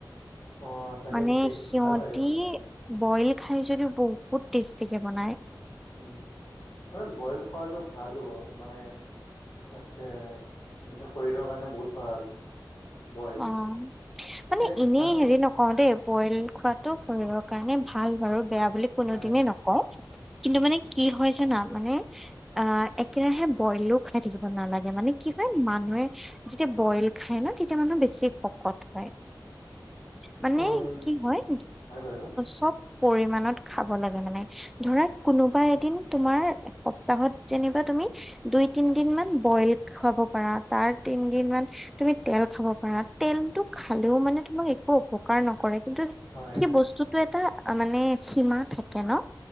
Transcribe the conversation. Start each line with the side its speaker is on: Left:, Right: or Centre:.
Left: অ তাকে
Centre: মানে
Left: টেষ্টি
Centre: সিহতি
Left: ভাল লাগেতো খাই কিনে।
Centre: বইল খাই যদিও বহুত টেষ্টিকে বনায়।
Left: উম, মানে বইল খোৱা যো ভালো মানে আছে মানে শৰীৰৰ কাৰণে বহুত ভাল। বইল
Centre: অ', মানে
Left: এই
Centre: এনেই
Left: আমি
Centre: হেৰি নক ও দেই বইল খোৱাটো শৰীৰৰ কাৰণে ভাল বাৰু বেয়া বুলি কোনোদিনে
Left: হয়।
Centre: নকওঁ। কিন্তু মানে কি হয় জানা মানে অ', একেৰাহে বইলো খাই থাকিব নালাগে, মানে কি হয়, মানুহে যেতিয়া বইল খায় ন' তে তেতিয়া মানুহ বেছি শকত হয়, মানে
Left: উম
Centre: কি হয়
Left: হয় বাৰু
Centre: চব পৰি মানত খাব লাগে মানে। ধৰা কোনোবা এদিন তোমাৰ এসপ্তাহত যেনিবা তুমি দুই তিনদিন মান বইল খাব পাৰা তাৰ তিন দিন মান তুমি তেল খাব পাৰা তেলটো খালেও মানে তোমাক একো অপকাৰ নকৰে, কিন্তু
Left: হয়
Centre: সেই বস্তু টো এটা মানে সীমা থাকে ন'